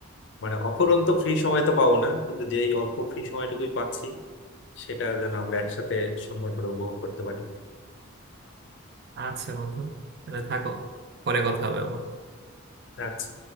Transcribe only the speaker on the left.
মানে অফুরন্ত ফ্রি সময় তো পাবো না কিন্তু যেই অল্প ফ্রি সময়টুকুই পাচ্ছি সেটা যেন আমরা একসাথে সুন্দর করে উপভোগ করতে পারি
আচ্ছা